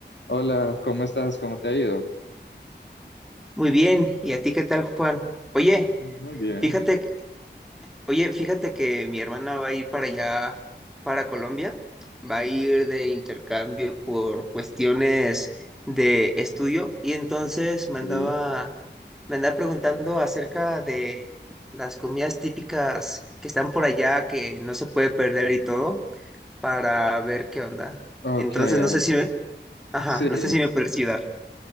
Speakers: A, on the left; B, in the centre.
A: Hola, ¿cómo estás? ¿Cómo te ha ido?
B: Muy bien, ¿y a ti qué tal, Juan? Oye,
A: Muy bien,
B: fíjate, oye, fíjate que mi hermana va a ir para allá, para Colombia, va a ir de intercambio por cuestiones de estudio y entonces me
A: sí.
B: andaba, me andaba preguntando acerca de las comidas típicas que están por allá, que no se puede perder y todo, para ver qué onda.
A: Ok,
B: Entonces,
A: a
B: no sé
A: ver,
B: si me, ajá,
A: sí,
B: no sé si me puedes ayudar.